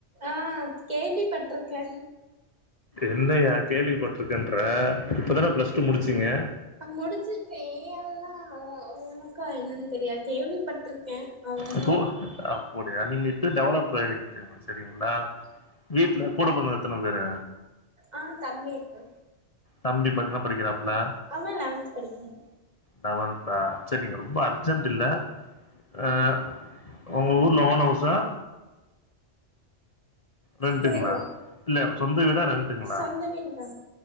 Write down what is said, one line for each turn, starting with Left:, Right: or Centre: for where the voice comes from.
Right: ஆ கேள்விப்பட்ருக்க
Left: என்னயா கேள்விப்பட்ருக்கன்ற இப்பதான பிளஸ் டூ முடிச்சிங்க
Right: முடிச்சிருக்கே ஏன் எல்லா உக்கா என்னன் தெரியாது கேள்விப்பட்ருக்க அவ்ளதா
Left: இப்போ அப்படியா நீங்க இப்ப டெவலப் ஆயிருவிங்க செரிங்ளா வீட்ல கூட பொறந்தவக எத்தன பேரு
Right: ஆ தம்பி இருக்கா
Left: தம்பி இப்ப என்ன படிக்கிறாப்ல
Right: அவன் லெவன்த் படிக்கிறான்
Left: லெவன்தா செரி ரொம்ப அர்ஜென்ட் இல்ல அ உங்க ஊருல ஓன் ஹவுஸா ரெண்டுங்ளா
Right: புரியல
Left: இல்ல சொந்த வீடா ரெண்டுங்ளா
Right: சொந்த வீடுதா